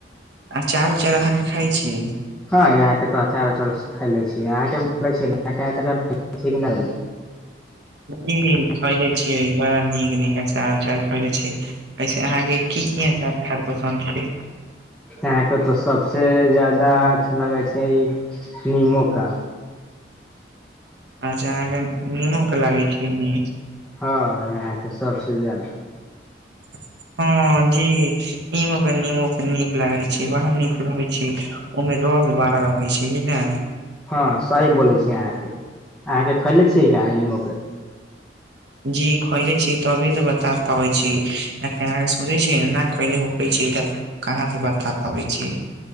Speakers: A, on the right; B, in the centre.
A: आचार उचार अहाँके खाइ छी
B: हँ यहाँ के त अचारचार खे छी य <unintelligible>
A: जी खैले छियै बड़ा नीक नीक आचारचार उचार खैले छी ऐसे अहाँके की कि अचार पसन्द छै
B: यहां के तो सबसे जदा अच्छा लागे छै नीमू का
A: अच्छा अहाँके नमु के लागै छै निक
B: हँ यहाँके सबसे जदाा
A: <inaudible> हँ जी निमु नीमू नीक लागै छै बड़ नीक रहै छै ओमे रस बड़ा रहै छै ने
B: हँ सही बोले छी अहाँके अहाँके खैले छियै के नीमू के
A: जी खैले छी तभी तऽ बता पाबै छैोचे छै ना खले होै छै कहाँ से बता पाबै छी